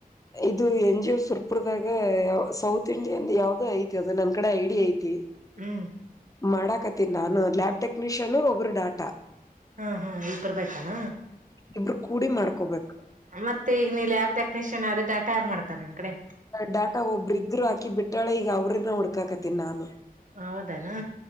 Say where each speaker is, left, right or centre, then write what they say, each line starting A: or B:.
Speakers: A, on the left; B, on the right.
A: ಇದು ಎನ್ ಜಿ ಸಹುರ್ಪಿಡ್ದಾಗ ಸೌತ್. ತಿಂಡಿ ಯಾವ್ದೋ ಐತಿ ಅದ ನನ್ ಕಡೆ ಐಡಿಯಿ ಐತಿ.
B: ಹ್ಮ್.
A: ಮಾಡಾಕತ್ತನೀ ನಾನು ಲ್ಯಾಬ್ ಟೆಕ್ನಿಷಿಯನ್ ಒಬ್ಬರು ಡಾಟಾ
B: ಹಾ ಹಾ ಇಬ್ಬರ್ಬೇಕಾನ
A: ಇಬ್ರು ಕೂಡಿ ಮಾಡ್ಕೋಬೇಕು
B: ಮತ್ತೆ ಈಗ ನೀ ಲ್ಯಾಬ್ ಟೆಕ್ನಿಷಿಯನ್ ಅದೇ ಡಾಟಾ ಯಾರು ಮಾಡ್ತಾರ ನಿನ್ನ ಕಡೆ
A: ಡಾಟಾ ಒಬ್ಬರೂ ಇದ್ದರೂ ಹಾಕಿ ಬಿಟ್ಟಾಳೆ ಈಗ ಅವ್ರ ಹುಡ್ಕಾಕತಿನಿ ನಾನು
B: ಹೌದನಾ